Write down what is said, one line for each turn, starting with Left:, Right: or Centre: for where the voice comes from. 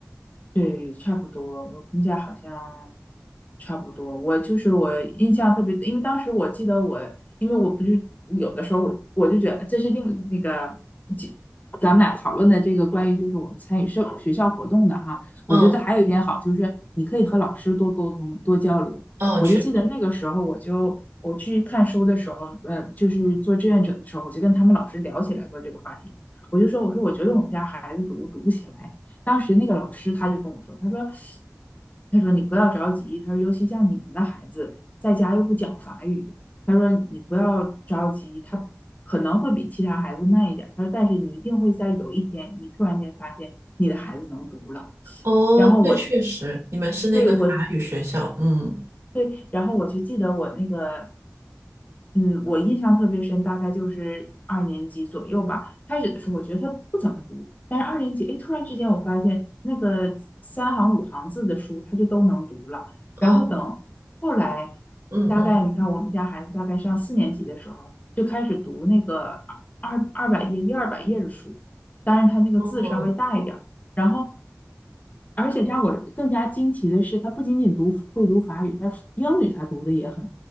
Left: 对，差不多。我们家好像差不多，我就是我印象特别，因为当时我记得我，因为我不是有的时候我我就觉得这是另那个，就咱们俩讨论的这个关于就是我们参与社学校活动的哈，
Right: 嗯，
Left: 我觉得还有一点好就是你可以和老师多沟通多交流。
Right: 哦，
Left: 我就记得那个时候我就我去看书的时候，
Right: 确实，
Left: 呃，就是做志愿者的时候，我就跟他们老师聊起来过这个话题，我就说我说我觉得我们家孩子读读不起来。当时那个老师他就跟我说，他说，他说你不要着急，他说尤其像你们的孩子在家又不讲法语，他说你不要着急，他可能会比其他孩子慢一点他说但是你一定会在有一天，你突然间发现你的孩子能读了。
Right: 哦，
Left: 然后我
Right: 对，确实，你们是那个法语学校，
Left: 对我
Right: 嗯，
Left: 对，然后我就记得我那个嗯，我印象特别深，大概就是二年级左右吧。开始的时候，我觉得他不怎么读，但是二年级，哎，突然之间我发现那个三行五行字的书，他就都能读了。然后等后来，
Right: 哦，嗯嗯，
Left: 大概你看我们家孩子大概上四年级的时候，就开始读那个二二百页、一二百页的书，当然他那个字稍微大一点儿。
Right: 哦
Left: 然后，而且让我更加惊奇的是，他不仅仅读会读法语，他英语他读的也很。